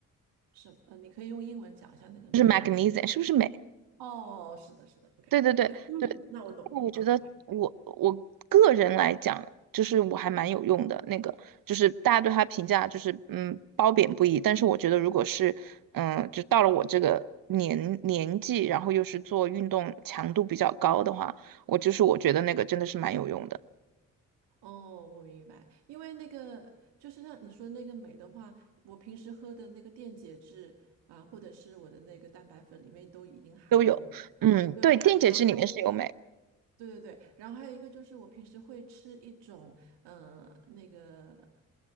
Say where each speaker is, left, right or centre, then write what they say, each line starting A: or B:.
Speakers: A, on the right; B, on the right.
A: 是，呃，你可以用英文讲一下那个眉粉，
B: 就是 magnesium 是不是镁？
A: 哦，是的，是的，OK，
B: 对对对对，
A: <clears throat> 那我懂了，
B: 那我觉得我我个人来讲，
A: 嗯，OK。
B: 就是我还蛮有用的。那个就是大家对他评价就是嗯褒贬不一，但是我觉得如果是嗯就到了我这个年年纪，然后又是做运动强度比较高的话，我就是我觉得那个真的是蛮有用的，
A: 哦，我明白，因为那个就是像你说那个镁的话，我平时喝的那个电解质啊，或者是我的那个蛋白粉里面都已经含有了。
B: 都有。嗯，
A: 对，
B: 对，电解质里面是有镁。
A: 然后对对对，然后还有一个就是我平时会吃一种呃那个，